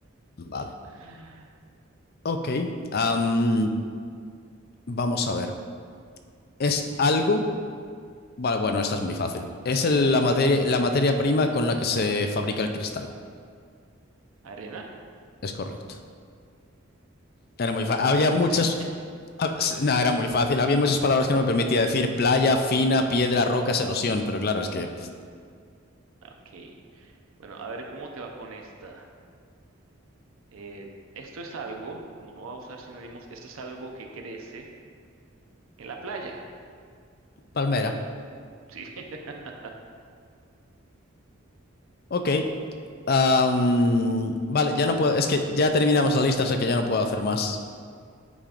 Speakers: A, on the left (about 45°); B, on the right (about 80°).
A: Vale.
B: <laughs>
A: Ok. am, vamos a ver. ¿Es algo? Vale, bueno, esta es muy fácil. Es el- la materia, la materia prima con la que se fabrica el cristal.
B: ¿Arena?
A: Es correcto. Era muy
B: Ok,
A: fácil. Había
B: sí, lo
A: muchas.
B: hice.
A: hab- s- No, era muy fácil. Había muchas palabras que no me permitía decir. Playa, fina, piedra, rocas, erosión. Pero claro, es que. pf,
B: Ok. Bueno, a ver cómo te va con esta. Eh, esto es algo, como no va a usar sinónimos, esto es algo que crece en la playa.
A: Palmera.
B: Sí, <laughs>
A: Ok. am, vale, ya no puedo. Es que ya terminamos la lista, o sea que ya no puedo hacer más.